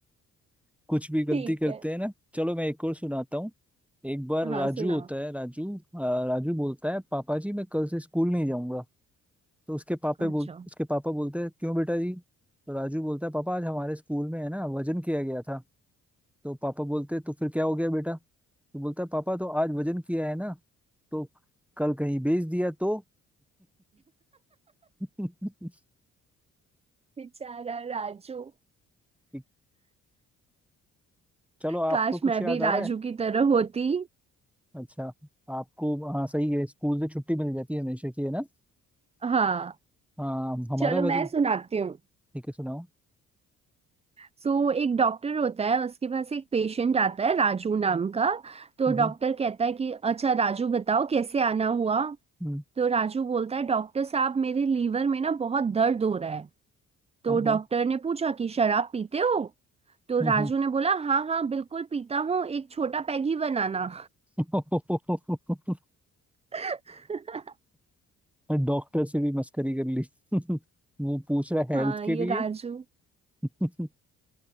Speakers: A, in the centre; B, on the right (about 20°).
A: कुछ भी गलती
B: ठीक
A: करते
B: है
A: हैं ना चलो मैं एक और सुनाता हूँ एक बार
B: हाँ
A: राजू
B: सुनाओ
A: होता है राजू अ, राजू बोलता है पापा जी मैं कल से स्कूल नहीं जाऊंगा तो उसके पापा
B: अच्छा
A: बोल उसके पापा बोलते हैं क्यों बेटा जी तो राजू बोलता है पापा आज हमारे स्कूल में है ना वजन किया गया था तो पापा बोलते हैं, तो फिर क्या हो गया बेटा तो बोलता है पापा तो आज वजन किया है ना तो कल कहीं बेच दिया तो <laughs>
B: बेचारा राजू
A: ठीक, चलो आपको
B: काश
A: कुछ
B: मैं
A: याद
B: भी राजू
A: आ रहा है
B: की तरह होती
A: अच्छा आपको हाँ सही है स्कूल से छुट्टी मिल जाती है हमेशा की है ना
B: हाँ
A: हाँ हमारा
B: चलो मैं
A: वजन
B: सुनाती हूँ
A: ठीक है सुनाओ
B: सो एक डॉक्टर होता है उसके पास एक पेशेंट आता है राजू नाम का तो
A: हम्म
B: डॉक्टर कहता है कि अच्छा राजू बताओ कैसे आना हुआ
A: हम्म,
B: तो राजू बोलता है डॉक्टर साहब मेरे लीवर में ना बहुत दर्द हो रहा है तो
A: हाँ
B: डॉक्टर
A: हाँ
B: ने पूछा कि शराब पीते हो तो
A: हम्म,
B: राजू ने बोला हाँ हाँ बिल्कुल पीता हूँ एक छोटा पैग ही बनाना
A: हम्म।
B: <laughs>
A: <laughs> डॉक्टर से भी मस्करी कर ली <laughs> वो पूछ रहा है
B: हाँ
A: हेल्थ के
B: ये
A: लिए
B: राजू
A: <laughs>